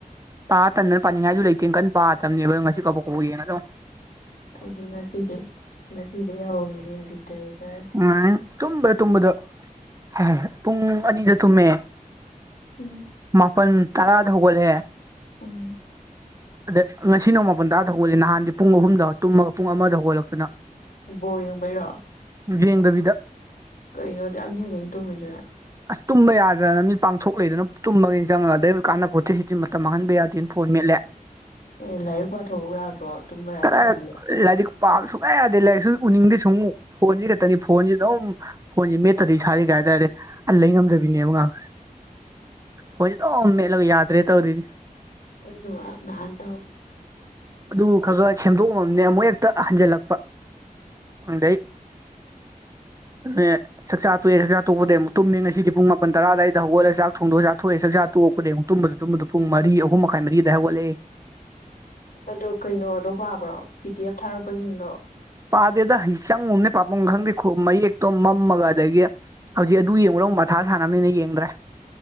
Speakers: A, on the right (about 20°); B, on the left (about 75°).
A: ꯄꯥ ꯇꯟꯗꯅ ꯄꯥꯅꯤꯡꯉꯥꯏꯁꯨ ꯂꯩꯇꯦ ꯀꯟ ꯄꯥꯗꯝꯅꯤ꯫ ꯉꯁꯤ ꯀꯕꯣꯛ ꯀꯕꯣꯛ ꯌꯦꯡꯉꯥꯗꯣꯏꯅꯤ꯫
B: ꯍꯥꯏꯗꯤ ꯉꯁꯤꯗꯤ ꯉꯁꯤꯗꯤ ꯍꯧꯔꯤ ꯂꯤꯇꯔꯦꯆꯔ꯫
A: ꯎ ꯇꯨꯝꯕꯗ ꯇꯨꯝꯕꯗ ꯍꯥꯏ ꯄꯨꯡ ꯑꯅꯤꯗ ꯇꯨꯝꯃꯦ
B: ꯎꯝ
A: ꯃꯥꯄꯜ ꯇꯔꯥꯗ ꯍꯧꯒꯠꯂꯦ
B: ꯎꯝ
A: ꯑꯗ ꯉꯁꯤ ꯅꯣꯡ ꯃꯥꯄꯜ ꯇꯥꯗ ꯍꯧꯒꯂꯦ ꯅꯍꯥꯟꯗꯤ ꯄꯨꯡ ꯑꯍꯨꯝꯗ ꯇꯨꯝꯃꯒ ꯄꯨꯡ ꯑꯃꯗ ꯍꯧꯒꯠꯂꯛꯇꯨꯅ
B: ꯕꯣꯏꯕꯔ
A: ꯌꯦꯡꯗꯕꯤꯗ
B: ꯀꯩꯅꯣꯗꯤ ꯑꯅ ꯍꯦꯡꯅꯅ ꯇꯨꯝꯃꯤꯁꯤꯅ
A: ꯑꯁ ꯇꯨꯝꯕ ꯌꯥꯗꯅ ꯃꯤ ꯄꯥꯡꯊꯣꯛ ꯂꯩꯗꯅ ꯇꯨꯝꯕꯒꯒꯤꯅꯤ ꯆꯪꯉꯒ ꯑꯗꯩ ꯀꯥꯟꯅꯕ ꯄꯣꯠꯇꯤ ꯁꯤꯗꯤꯤ ꯇ ꯃꯥꯡꯍꯟꯕ ꯌꯥꯗꯦꯅ ꯐꯣꯟ ꯃꯦꯠꯂꯦ
B: ꯑꯦ ꯂꯥꯏꯔꯤꯛ ꯄꯥꯊꯣꯛꯑ ꯌꯥꯗ꯭ꯔꯣ ꯇꯨꯝꯕ ꯌꯥꯗꯦ
A: ꯀꯗꯥꯏ
B: ꯀꯥꯟꯗꯨꯗ
A: ꯂꯥꯏꯔꯤꯛ ꯄꯥꯕ ꯁꯨꯡꯌꯥ ꯌꯥꯗꯦ ꯂꯥꯏꯔꯤꯛꯁꯨ ꯎꯅꯤꯡꯗꯦ ꯁꯨꯡꯉꯨꯛ ꯐꯣꯟꯁꯤ ꯈꯛꯇꯅꯤ ꯐꯣꯟꯁꯤ ꯑꯗꯨꯝ ꯐꯣꯟꯁꯤꯦ ꯃꯦꯠꯇꯗꯤ ꯁꯥꯔꯤ ꯀꯩ ꯍꯥꯏꯇꯥꯔꯦ ꯑꯟ ꯂꯩ ꯉꯝꯗꯕꯤꯅꯦꯕ ꯉꯥꯏꯍ ꯐꯣꯏꯁꯦ ꯑꯗꯨꯝ ꯃꯦꯠꯂꯒ ꯌꯥꯗ꯭ꯔꯦ ꯇꯧꯗꯗꯤ
B: ꯑꯩ ꯅꯨꯡ ꯅꯍꯥꯟ ꯇꯣ
A: ꯑꯗꯨ ꯈꯔ ꯈꯔ ꯁꯦꯝꯗꯣꯛꯑꯝꯃꯝꯅꯦ ꯑꯃꯨꯛ ꯍꯦꯛꯇ ꯍꯟꯖꯜꯂꯛꯄ ꯑꯗꯩ ꯍ ꯆꯥꯛꯆꯥ ꯇꯣꯛꯑꯦ ꯆꯥꯛ ꯆꯥꯣꯛꯄꯩ ꯑꯃꯨꯛ ꯇꯨꯝꯃꯦ ꯉꯁꯤꯗꯤ ꯄꯨꯡ ꯃꯥꯄꯟ ꯇꯔꯥꯗꯥꯋꯥꯗ ꯍꯧꯒꯠꯂ ꯆ ꯊꯣꯡꯗꯣꯛ ꯆꯥꯛꯣꯛꯑ ꯆꯥꯛ ꯆ ꯇꯣꯛꯄꯩ ꯑꯃꯨ ꯇꯨꯝꯕꯗ ꯇꯨꯝꯕꯗ ꯄꯨꯡ ꯃꯔꯤ ꯑꯍꯨꯝ ꯃꯈꯥꯏ ꯃꯔꯤ ꯑꯗꯨꯏ ꯍꯧꯒꯠꯂꯛꯏ
B: ꯑꯣ ꯀꯩꯅꯣꯗꯣ ꯄꯥꯕ꯭ꯔꯣ ꯄꯤ ꯇꯤ ꯑꯦꯐ ꯊꯥꯔꯛꯄꯁꯤꯡꯗꯣ
A: ꯄꯥꯗꯦꯗ ꯆꯪꯉꯨꯕꯅꯦ ꯄꯥꯄꯨꯡ ꯈꯪꯗꯦ ꯃꯌꯦꯛꯇꯣ ꯃꯝꯃꯒ ꯑꯗꯒꯤ ꯍꯧꯖꯤꯛ ꯑꯗꯨ ꯌꯦꯡꯉꯨꯔꯣꯨ ꯃꯊꯥ ꯁꯥꯟꯅꯕꯅꯤꯅ ꯌꯦꯡꯗ꯭ꯔꯦ